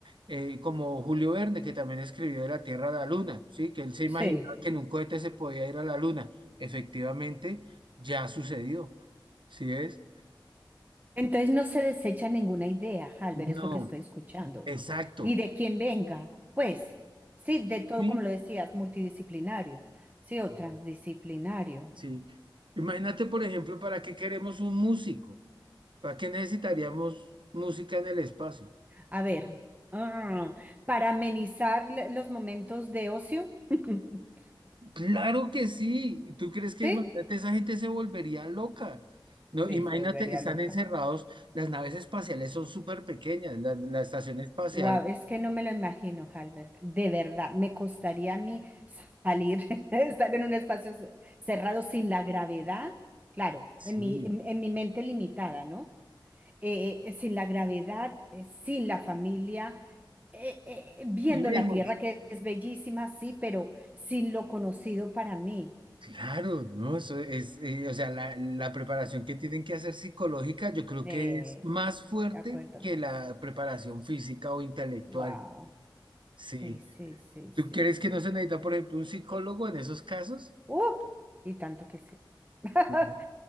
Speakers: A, on the right; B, on the right.
A: eh, como Julio Verne, que también escribió de la Tierra a la Luna, ¿sí? Que él se imaginaba
B: sí.
A: que en un cohete se podía ir a la Luna. Efectivamente, ya sucedió, ¿sí es?
B: Entonces no se desecha ninguna idea, Halber,
A: No.
B: es lo que estoy escuchando.
A: Exacto.
B: Y de quien venga, pues, sí, de todo,
A: Sí.
B: como lo decías, multidisciplinario, sí,
A: co-
B: o transdisciplinario.
A: Sí. Imagínate, por ejemplo, ¿para qué queremos un músico? ¿Para qué necesitaríamos música en el espacio?
B: A ver, ah, para amenizar le- los momentos de ocio, <laughs>
A: Claro que sí. ¿Tú crees que
B: ¿sí?
A: imagínate, esa gente se volvería loca? No,
B: Sí,
A: imagínate,
B: se volvería
A: están
B: loca.
A: encerrados, las naves espaciales son súper pequeñas, la, la estación espacial,
B: Wow, es que no me lo imagino, Halbert. De verdad, me costaría a mí salir, <laughs> estar en un espacio ce- cerrado sin la gravedad, claro,
A: sí,
B: en mi, en, en mi mente limitada, ¿no? Eh, eh, sin la gravedad, eh, sin la familia, eh, eh, viendo
A: lejos.
B: la tierra que es bellísima, sí, pero sin lo conocido para mí.
A: Claro, ¿no? Eso es, eh, o sea, la, la preparación que tienen que hacer psicológica, yo creo
B: De,
A: que es más fuerte
B: de acuerdo.
A: que la preparación física o intelectual.
B: Wow.
A: Sí.
B: Sí, sí, sí,
A: ¿Tú
B: sí,
A: crees
B: sí.
A: que no se necesita, por ejemplo, un psicólogo en esos casos?
B: ¡Uh! Y tanto que sí. <laughs>
A: No.